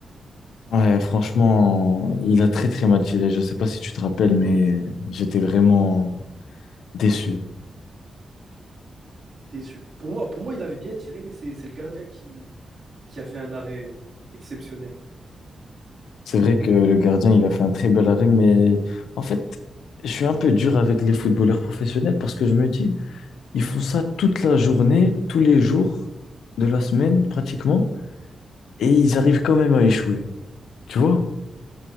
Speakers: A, on the left (about 80°); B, on the right (about 55°).
A: ouais, franchement, il a très très mal tiré. Je sais pas si tu te rappelles, mais j'étais vraiment déçu.
B: T'es Pour moi, pour moi, il avait bien tiré, mais c'est c'est le gardien qui, qui a fait un arrêt exceptionnel.
A: C'est vrai que le gardien, il a fait un très bel arrêt, mais en fait, je suis un peu dur avec les footballeurs professionnels parce que je me dis, ils font ça toute la journée, tous les jours de la semaine pratiquement, et ils arrivent quand même à échouer. Tu vois?